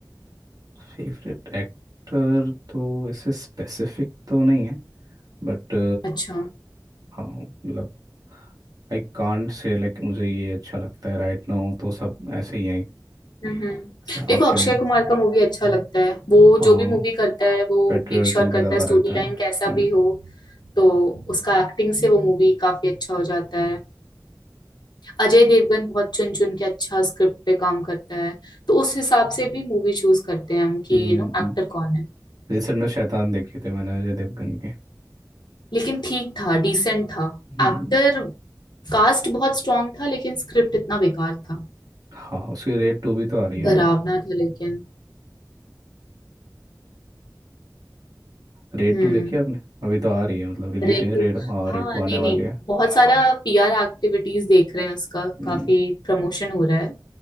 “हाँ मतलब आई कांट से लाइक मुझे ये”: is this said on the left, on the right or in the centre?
Right